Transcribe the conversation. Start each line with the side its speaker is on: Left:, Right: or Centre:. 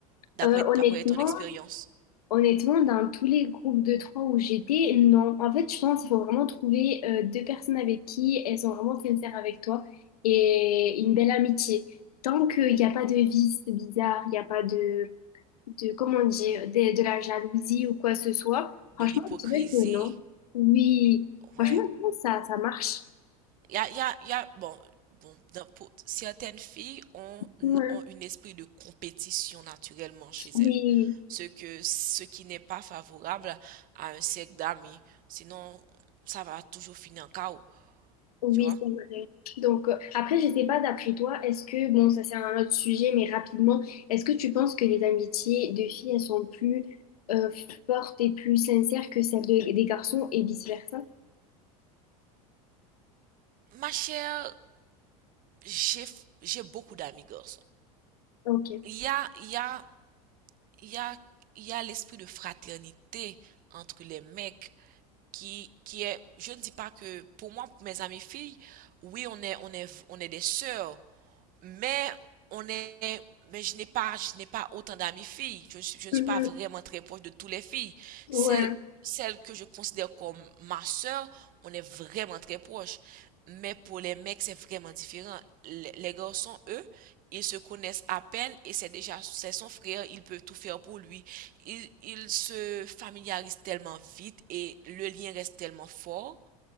Right: D'après,
Left: Euh, honnêtement,
Right: d'après ton expérience
Left: Honnêtement, dans tous les groupes de trois où j'étais, non. En fait, je pense qu'il faut vraiment trouver euh, deux personnes avec qui elles sont vraiment sincères avec toi et une belle amitié. Tant qu'il n'y a pas de vice bizarre, il n'y a pas de, de comment dire, de, de la jalousie ou quoi que ce soit,
Right: de
Left: franchement,
Right: l'hypocrisie,
Left: je dirais que non. Oui, franchement,
Right: ouais.
Left: je pense que ça, ça marche.
Right: Il y a, il y a, il y a, bon, bon, dans- pour- certaines filles ont,
Left: Ouais.
Right: ont un esprit de compétition naturellement chez
Left: Mais,
Right: elles, ce que, ce qui n'est pas favorable à un cercle d'amis. Sinon, ça va toujours finir en chaos,
Left: Oui,
Right: tu vois.
Left: c'est vrai. Donc, euh, après, je sais pas, d'après toi, est-ce que, bon, ça c'est un autre sujet, mais rapidement, est-ce que tu penses que les amitiés de filles, elles sont plus euh, fortes et plus sincères que celles de- des garçons et vice-versa?
Right: Ma chère, j'ai, j'ai beaucoup d'amis garçons.
Left: Ok.
Right: Il y a, il y a, il y a, il y a l'esprit de fraternité entre les mecs qui, qui est, je ne dis pas que, pour moi, mes amies filles, oui, on est, on est, on est des sœurs, mais on est, mais je n'ai pas, je n'ai pas autant d'amis filles. Je, ne suis- je ne
Left: Mhm.
Right: suis pas vraiment très proche de toutes les filles. Celles,
Left: Ouais,
Right: celles que je considère comme ma sœur, on est vraiment très proche. Mais pour les mecs, c'est vraiment différent. Les, les garçons, eux, ils se connaissent à peine et c'est déjà, c'est son frère, il peut tout faire pour lui. Ils, ils se familiarisent tellement vite et le lien reste tellement fort